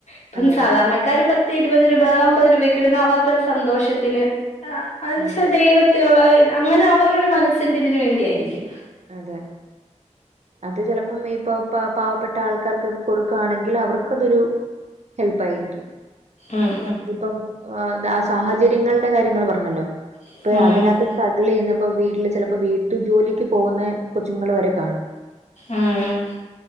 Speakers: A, on the left; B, on the right.
A: ഇപ്പം
B: അതെ
A: സാധാരണക്കാര് പത്ത് ഇരുപത് രൂപ അമ്പത് രൂപക്ക് ഇടുന്ന അവരുടെ സന്തോഷത്തിന്. ആ എന്ന വച്ചാൽ
B: അതെ
A: ദൈവത്തിനുള്ള അങ്ങനെ അവരുടെ ഒരു മനസ്സിന്റെ ഇതിന വേണ്ടി ആയിരിക്കും.
B: അതെ. അത് ചിലപ്പം ഇപ്പൊ പ പാവപ്പെട്ട ആൾക്കാർക്കൊക്കെ കൊടുക്കുകയാണെങ്കിൽ അവർക്കതൊരു. ഹെൽപ്പ ആയിരിക്കും.
A: ഉം
B: ഇപ്പം എന്താ സാഹചര്യങ്ങളുടെ കാര്യങ്ങൾ പറഞ്ഞല്ലോ.
A: ഉം
B: ഇപ്പൊ അതിനകത്ത് സ്ട്രഗിൾ ചെയ്യുന്നപ്പ വീട്ടില് ചിലപ്പോ വീട്ടു ജോലിക്ക്. പോകുന്ന കൊച്ചുങ്ങൾ വരെ കാണും
A: ഉം